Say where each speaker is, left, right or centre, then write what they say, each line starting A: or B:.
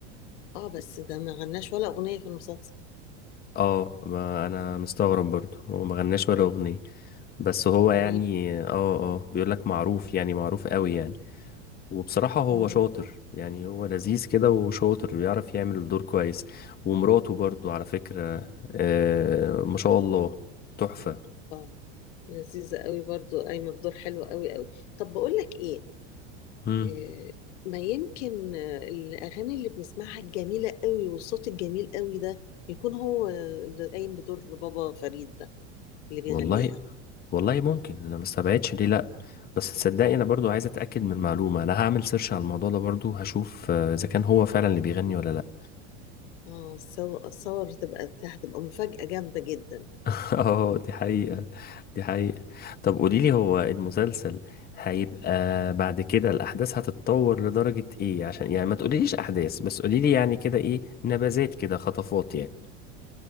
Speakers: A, on the left; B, on the left.
A: اه بس ده ما غناش ولا أغنية في المسلسل
B: اه ما انا مستغرب برضه هو ما غناش ولا اغنية بس هو
A: غريب
B: يعني اه اه بيقولك معروف يعني معروف قوي يعني وبصراحة هو
A: مم.
B: شاطر يعني هو لذيذ كده وشاطر بيعرف يعمل الدور كويس ومراته برضه على فكرة آه ما شاء الله تحفة
A: اه لذيذة قوي برضو قايمة بدور حلو قوي قوي طب بقول لك ايه
B: مم.
A: آه، ما يمكن آه، الأغاني اللي بنسمعها الجميلة قوي والصوت الجميل قوي ده يكون هو اللي قايم بدور بابا فريد ده اللي بيغنيها
B: والله والله ممكن انا ما استبعدش ليه لا بس تصدقي
A: مم.
B: انا برضو عايز اتاكد من معلومه انا هعمل سيرش على الموضوع ده برضو هشوف آه، اذا كان هو فعلا اللي بيغني ولا لا
A: اه صور صور تبقى هتبقى مفاجأة جامدة جدا
B: <laughs> اه دي حقيقه دي حقيقه طب قولي لي هو المسلسل هيبقى بعد كده الاحداث هتتطور لدرجه ايه عشان يعني ما تقوليليش احداث بس قولي لي يعني كده ايه نبذات كده خطفات يعني